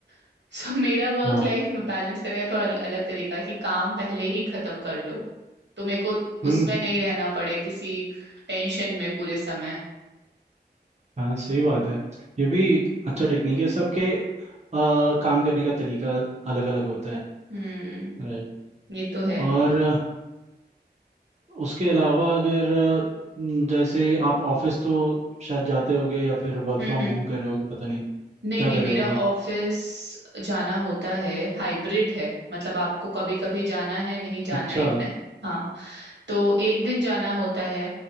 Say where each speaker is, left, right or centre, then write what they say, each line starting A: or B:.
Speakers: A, on the right; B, on the right.
A: <laughs> सो मेरा वर्क
B: हाँ
A: लाइफ बैलेंस करने का थोड़ा अल- अलग तरीका है कि काम पहले ही खत्म कर लो तो मेरे को
B: हम्म
A: उसमें नहीं रहना पड़े किसी टेंशन में पूरे समय
B: हाँ सही बात है ये भी अच्छा टेक्निक है सबके अ, काम करने का तरीका अलग अलग होता है
A: हम्म
B: राइट
A: ये तो है
B: और अ, उसके अलावा अगर अ, न- जैसे आप ऑफिस तो शायद जाते होगे या फिर वर्क
A: हम्म
B: फ्रॉम
A: हम्म
B: होम कर रहे होगे पता नहीं
A: नहीं
B: क्या
A: नहीं
B: कर
A: मेरा
B: रहे हो अभी
A: ऑफिस जाना होता है हाइब्रिड है मतलब आपको कभी कभी जाना है नहीं जाना
B: अच्छा
A: एक ना हाँ तो एक दिन जाना होता है